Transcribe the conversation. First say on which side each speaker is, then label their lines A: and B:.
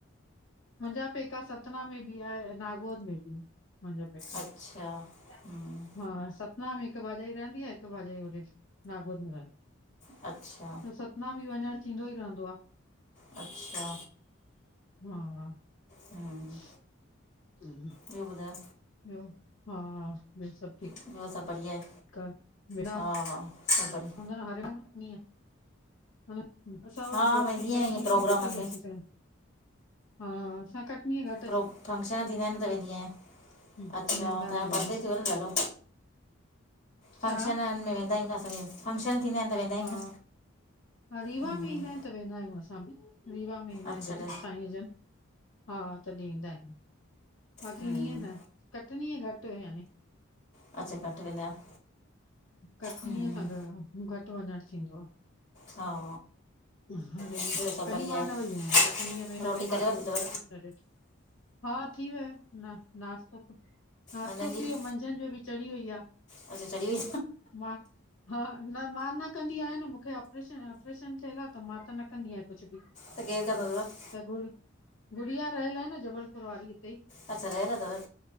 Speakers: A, on the left; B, on the left.
A: मुंहिंजा पेका सतना में बि आहे, नागोद में बि आहे मुंहिंजा पेका ठीक
B: अच्छा हम्म
A: आ, हा सत् ना में हिकु भाॼाई रहंदी आ, हिकु भाॼाई होॾे नागोद में रहंदी
B: अच्छा
A: आहे त सतना बि वञण थींदो ई रहंदो आ,
B: अच्छा
A: हा।
B: हम्म
A: <inaudible> ह <inaudible>
B: ॿियो ॿुधायो?
A: ॿियो, हा ॿियो सभु ठीकु?
B: ॿियो सभु बढ़िया आहे।
A: कर विना
B: हा हा सभ बढ़िया।
A: न न हरे हंधि इयं हा न असां वरी
B: हा
A: घटि
B: वेंदी
A: ई
B: आहियां
A: कटनीअ
B: ईअं प्रोग्रामनि
A: में घटि ई अची सघनि हा हा कटनी घट
B: फ्रो फंक्शन थींदा आहिनि त वेंदी आहियां,
A: आहियूं
B: अच्छा
A: वेंदा
B: तव्हांजा
A: हूंदव
B: परते थी वियो न ॾाढो। फंक्शननि
A: छा
B: में वेंदा आहियूं न, असांजे फंक्शन थींदा आहिनि। त वेंदा आहियूं
A: हा
B: न
A: हा रीवा
B: हम्म
A: में ईंदा आहिनि त वेंदा आहियूं, असां बि रीवा वेंदा
B: अच्छा
A: आहिनि जॾहिं
B: ॾे
A: साईं जन, हा तॾहिं ईंदा आहिनि। बाक़ी
B: हम्म
A: हीअं न, कटनीअ घटि यानी।
B: अच्छा, घटि वेंदा आहियो।
A: कटनी
B: हम्म
A: असां जो, घटि वञणु थींदो आ।
B: हा।
A: हरे
B: ॿियो सभु
A: कॾहिं
B: बढ़िया
A: मां
B: आहे
A: न वई आहियां, कटनीअ में
B: रोटी
A: हरे माधव
B: करे वरिती अथव
A: जो कॾहिं बि न ॾिठो हा थी वियो ना नाश्तो नाश्तो
B: मंझंदि
A: थी वियो,
B: जी
A: मंझंदि जो बि चढ़ी वई आ।
B: अच्छा चढ़ी वई
A: मां हा न मां न कंदी आहियां न, मूंखे ऑपरेशन ऑपरेशन थियल आ। त मां त न कंदी आहियां कुछ बि।
B: त केरु कंदो तव?
A: त गुड़ गुड़िया रहियल आ न, जबलपुर वारी हिते ई।
B: अच्छा रहियल अथव?